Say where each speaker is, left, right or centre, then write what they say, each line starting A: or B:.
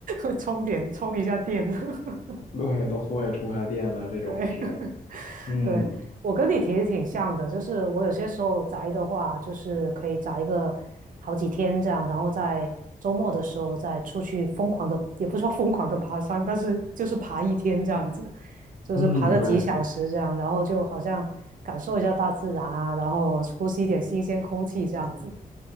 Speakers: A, on the right; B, on the left.
A: <laughs> 充点充一下电。<laughs>
B: 对，到户外充下电呐，这种，
A: 对
B: 是的。嗯
A: 对，我跟你其实挺像的，就是我有些时候宅的话，就是可以宅个好几天这样，然后在周末的时候再出去疯狂的，也不是说疯狂的爬山，但是就是爬一天这样子，就是爬个几小时这样，
B: 嗯，对
A: 然后就好像感受一下大自然啊，然后呼吸一点新鲜空气这样子。